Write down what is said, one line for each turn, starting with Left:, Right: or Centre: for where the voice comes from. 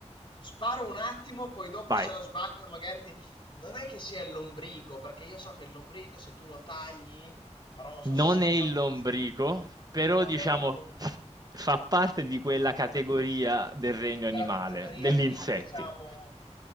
Left: Sparo un attimo, poi dopo
Right: Vai.
Left: se la sbaglio magari ti... Non è che sia il lombrico, perché io so che il lombrico se tu lo tagli, però non so
Right: Non
Left: se senza
Right: è il
Left: testa.
Right: lombrico, però
Left: Non
Right: diciamo
Left: è il lombrico.
Right: f- fa parte di quella categoria del regno
Left: Di quella
Right: animale,
Left: categoria,
Right: degli
Left: quindi
Right: insetti.
Left: diciamo